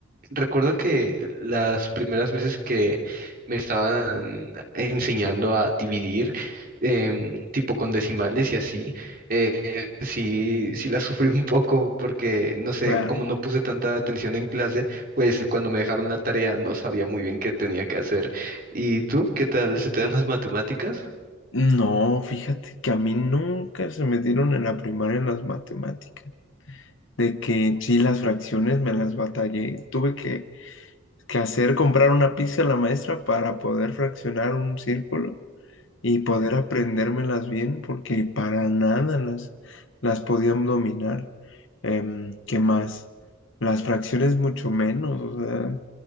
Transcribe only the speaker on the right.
Recuerdo que las primeras veces que me estaban enseñando a dividir, em, tipo con decimales y así, eh, sí, sí la <laughs> sufrí un poco porque, no sé,
como no puse tanta atención en clase, pues cuando me dejaron la tarea no sabía muy bien qué tenía que hacer. ¿Y tú, qué tal? ¿Se te dan las matemáticas?